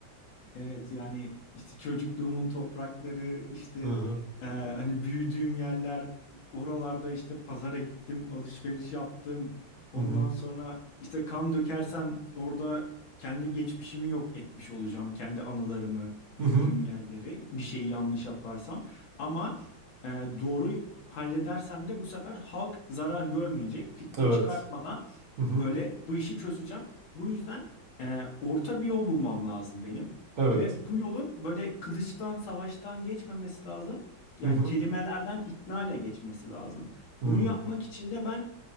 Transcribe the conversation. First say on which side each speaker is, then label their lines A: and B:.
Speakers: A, on the left; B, on the right.
A: Evet yani işte çocukluğumun toprakları işte
B: Hı hı.
A: e, hani büyüdüğüm yerler oralarda işte pazara gittim alışveriş yaptım. Ondan
B: Hı hı.
A: sonra işte kan dökersem orada kendi geçmişimi yok etmiş olacağım. Kendi anılarımı büyüdüğüm
B: Hı hı.
A: yerleri bir şeyi yanlış yaparsam. Ama e, doğru halledersem de bu sefer halk zarar görmeyecek. Fitne
B: Evet.
A: çıkartmadan
B: Hı hı.
A: böyle bu işi çözeceğim. Bu yüzden e, orta bir yol bulmam lazım benim.
B: Evet.
A: Ve bu yolun böyle kılıçtan, savaştan geçmemesi lazım. Yani
B: Hı hı.
A: kelimelerden ikna ile geçmesi lazım.
B: Hı.
A: Bunu yapmak için de ben